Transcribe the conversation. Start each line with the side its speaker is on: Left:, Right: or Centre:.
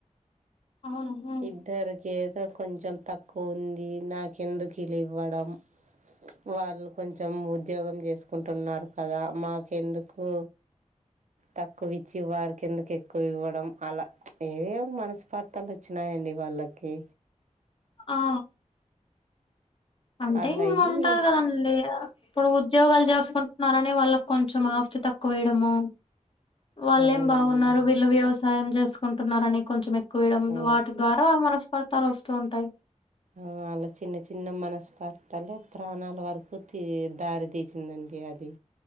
Left: అవును ఉమ్.
Right: ఇద్దరికి ఏదో కొంచెం తక్కువ ఉంది నాకెందుకు ఇలు ఇవ్వడం వాళ్ళు కొంచెం ఉద్యోగం చేసుకుంటున్నారు కదా మాకెందుకు తక్కువ ఇచ్చి వారి కిందకి ఎక్కువ ఇవ్వడం అలా ఏవే మనస్పర్తాలు వచ్చినయండి వాళ్ళకి
Left: ఆ అంటే
Right: అలా
Left: ఇగ
Right: అయ్యి
Left: ఉంటది కదండి ఇప్పుడు ఉద్యోగాలు చేసుకుంటున్నారని వాళ్ళకి కొంచెం ఆస్తి తక్కువేయడము వాళ్ళేం
Right: అవునండి
Left: బాగున్నారు వీళ్ళు వ్యవస్ సాయం చేసుకుంటున్నారని కొంచెం ఎక్కువ ఇయ్యడం
Right: ఆ
Left: వాటి ద్వారా మనస్ఫర్తాలు వస్తూ ఉంటాయి
Right: ఆ అలా చిన్న చిన్న మనస్పాతాల ప్రాణాల వరకు తీ దారి తీసిందండి ఇండియాది